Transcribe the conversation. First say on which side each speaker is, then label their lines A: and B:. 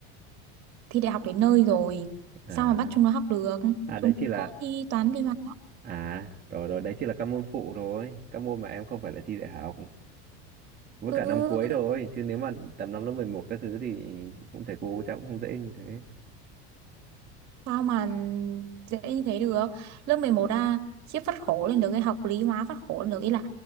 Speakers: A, on the right; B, on the right.
A: thi đại học đến nơi rồi
B: à
A: sao mà bắt chúng nó học được
B: à
A: chúng
B: đấy chỉ là
A: nó có thi toán lý hóa
B: à rồi rồi đấy chỉ là các môn phụ thôi các môn mà em không phải là thi đại học với
A: Ừ,
B: cả năm cuối thôi chứ nếu mà tầm năm lớp 11 các thứ thì cũng thầy cô chắc cũng không dễ như thế
A: sao mà dễ như thế được? Lớp 11 à, khiếp phát khổ lên được cái học lý hóa phát khổ lên được ý là